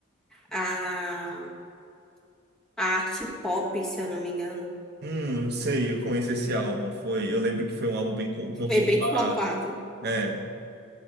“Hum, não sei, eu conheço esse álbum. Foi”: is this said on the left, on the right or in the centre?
Right